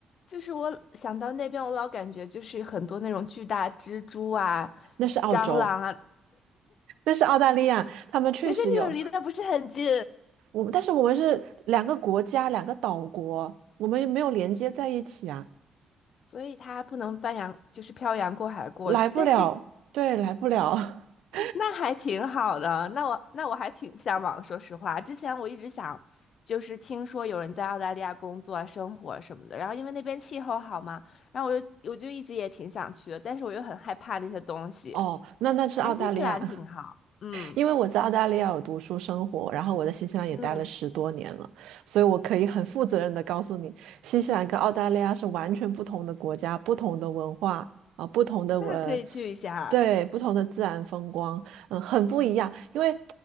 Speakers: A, on the left; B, on the right.
A: 就是我想到那边，我老感觉就是很多那种巨大蜘蛛啊、
B: 那是澳洲。
A: 蟑螂啊，
B: 但是澳大利亚他们确实有
A: 可是你们离得不是很近，
B: 我们，但是我们是两个国家，两个岛国，我们也没有连接在一起啊，
A: 所以它不能翻洋，就是漂洋过海过去。
B: 来不了，
A: 但是
B: 对，来不了。<laughs>
A: 那还挺好的，那我那我还挺向往。说实话，之前我一直想，就是听说有人在澳大利亚工作啊、生活什么的，然后因为那边气候好嘛，然后我就我就一直也挺想去的，但是我又很害怕那些东西。
B: 哦，那那是澳大利亚。
A: 但新西兰挺好，嗯
B: 因为我在澳大利亚有读书生活，然后我在新西兰也待了十多年了，
A: 嗯。
B: 所以我可以很负责任的告诉你，新西兰跟澳大利亚是完全不同的国家，不同的文化啊、不同的呃，
A: 那可以去一下。
B: 对，不同的自然风光，嗯，很不一样。因为